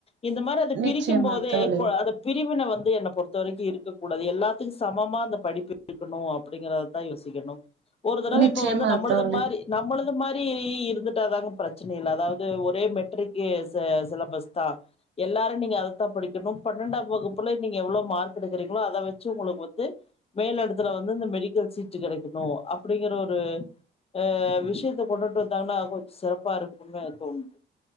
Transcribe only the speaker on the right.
நிச்சயமா
தோழி
நிச்சயமா
தோழி